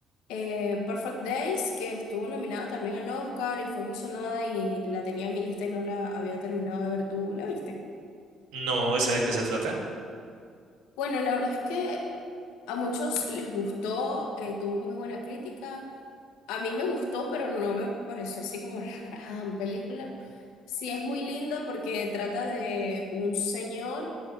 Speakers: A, on the left; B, on the right.
A: eh, Perfect Days, que estuvo nominada también al Oscar y fue muy sonada y la tenía en mi lista y no la había terminado de ver. ¿Tú la viste?
B: no, ¿esa de qué se trata?
A: Bueno, la verdad es que a muchos les gustó, eh, tuvo muy buena crítica. A mí me gustó, pero no me pareció así como la <laughs> gran película. Sí es muy linda porque trata de un señor